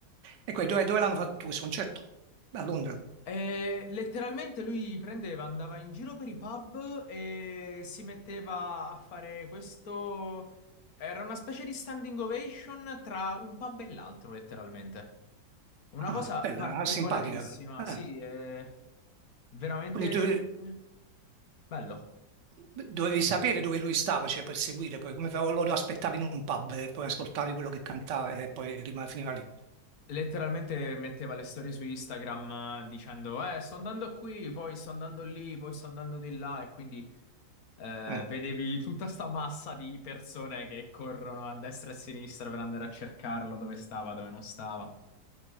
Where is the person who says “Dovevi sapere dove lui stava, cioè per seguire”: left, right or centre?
Right